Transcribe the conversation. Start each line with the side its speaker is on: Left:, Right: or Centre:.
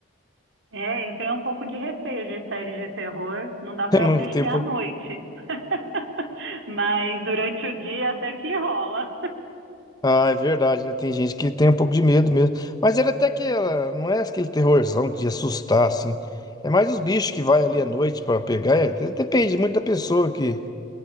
Right: É, eu tenho um pouco de receio de séries de terror. Não dá para
Left: <laughs> No
Right: assistir
Left: tempo.
Right: à noite. <laughs> Mas durante o dia até que rola.
Left: Ah, é verdade, né? Tem gente que tem um pouco de medo mesmo. Mas ele até que ela não é aquele terrorzão de assustar, assim. É mais os bichos que vai ali à noite pra pegar. É, de- depende muito da pessoa que,